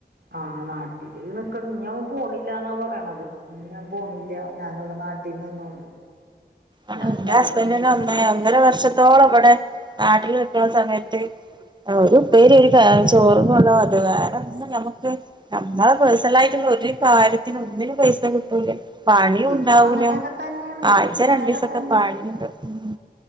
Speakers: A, on the right (about 80°); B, on the right (about 25°).
A: ആ നാട്ടില് നിക്കണ ഇനി അവൻ പോണില്ലാന്നാ പറയണത് ഇനി ഞാൻ പോണില്ല ഞാനിവിടെ നാട്ടീ ന്ന് നിന്നോണ്ട്
B: എന്റെ
A: ഞാൻ പറഞ്ഞ്
B: ഹസ്ബൻഡ
A: ഇ
B: വന്നെ ഒന്നര വർഷ- എന്തോള അവിടെ നാട്ടിൽ നിക്ക്ണ സമയത്ത് ഒരുപ്പേരി ഒരു കറി ചോറും കൊണ്ടാവാൻ പറ്റുള്ളൂ, കാരണം <unintelligible> നമക്ക് നമ്മള പേഴ്സണൽ ആയിട്ടുള്ള ഒരു കാര്യത്തിനു ഒന്നിനും പൈസ കിട്ടൂല പണിയുണ്ടാവൂല
A: ഇതും അങ്ങനെയൊക്കെ തന്നെയാണ് ഇതും
B: ആഴ്ച
A: അങ്ങനെയൊക്കെ
B: രണ്ടു ദിവസൊക്കെ
A: തന്നെ
B: പണിയുണ്ടാവ മ്